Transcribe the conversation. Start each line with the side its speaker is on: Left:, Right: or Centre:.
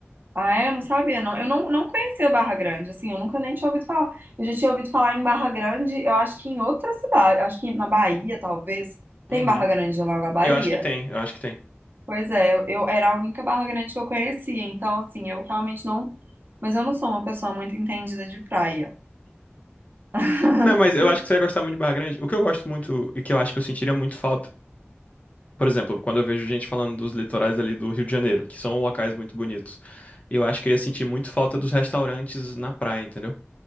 Right: Ah, é? Eu não sabia, não. Eu não, não conhecia Barra Grande, assim, eu nunca nem tinha ouvido falar. Eu já tinha ouvido falar em Barra Grande, eu acho que em outra cidade, acho que na Bahia, talvez. Tem
Left: Uhum.
Right: Barra Grande lá na Bahia?
Left: Eu acho que tem, eu acho que tem.
Right: Pois é, eu, eu era a única Barra Grande que eu conhecia, então, assim, eu realmente não. Mas eu não sou uma pessoa muito entendida de praia. <laughs>
Left: Não, mas eu acho que você vai gostar muito de Barra Grande. O que eu gosto muito e que eu acho que eu sentiria muito falta, por exemplo, quando eu vejo gente falando dos litorais ali do Rio de Janeiro, que são locais muito bonitos, eu acho que eu ia sentir muito falta dos restaurantes na praia, entendeu?